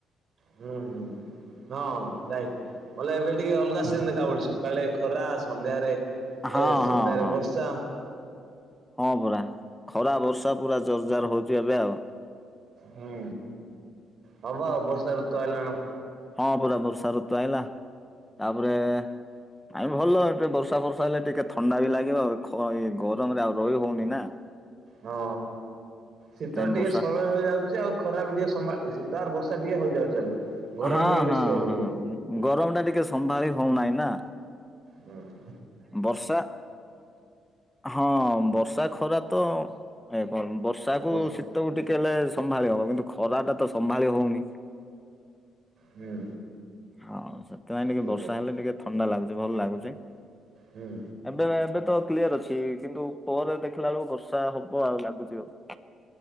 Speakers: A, on the right; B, in the centre.
A: ହୁଁ ହୁଁ। ହଁ ରାଇଟ୍ ବଲେ ଏବେ ଟିକେ ଅଲଗା ସିଜିନ ଦେଖା ପ ସକାଳେ ଖରା ସନ୍ଧ୍ୟାରେ ଏ
B: ହଁ
A: ସନ୍ଧ୍ୟାରେ
B: ହଁ ହଁ
A: ବର୍ଷା।
B: ହଁ ପରା ଖରା ବର୍ଷା ପୁରା ଜୋରଜାର ହୋଉଚି ଏବେ ଆଉ।
A: ହୁଁ ହଁ ପା ଅବସାର ତ ଆଇଲାଣ।
B: ହଁ ପରା ବର୍ଷା ଋତୁ ଆଇଲା ତାପରେ ଆାଇ ଭଲ ଏ ବର୍ଷା ବର୍ଷା ହେଲେ ଟିକେ ଥଣ୍ଡା ବି ଲାଗିବ ଖ ଏ ଗରମରେ ଆଉ ରହି ହେଉନି ନା।
A: ହଁ ଶୀତ
B: ସେଥିପାଇଁ
A: ଟିକେ
B: ବର୍ଷା
A: ସରଳ ହେଇଯାଉଚି ଆଉ ଖରା ବି ଟିକେ ସମ୍ଭା ତାର ବର୍ଷା ଟିକେ ହୋଇଯାଉଚି ହେଲେ। ଗରମ
B: ହଁ
A: ଟିକେ ବେଶୀ
B: ହଁ
A: ହଉନି
B: ହଁ ଗରମ ଟା ଟିକେ ସମ୍ଭାଳି ହଉନାହିଁ ନା।
A: ହୁଁ‌।
B: ବର୍ଷା ହଁ ବର୍ଷା ଖରା ତ ଏ କଣ ବର୍ଷା କୁ
A: ବର୍ଷ
B: ଶୀତକୁ ଟିକେ ହେଲେ ସ ସମ୍ଭାଳି ହବ କିନ୍ତୁ ଖରା ଟା ତ ସମ୍ଭାଳି ହଉନି।
A: ହୁଁ।
B: ହଁ ସେଥିପାଇଁ ଟିକେ
A: ଠିକ
B: ବର୍ଷା
A: ଅଛି
B: ହେଲେ ଟିକେ ଥଣ୍ଡା ଲାଗୁଚି ଭଲ ଲାଗୁଚି।
A: ହୁଁ
B: ଏବେ ଏବେ ତ କ୍ଲିୟର ଅଛି କିନ୍ତୁ ପରେ ଦେଖିଲା ବେଳକୁ ବର୍ଷା ହବ ଆଉ ଲାଗୁଚି ଆଉ।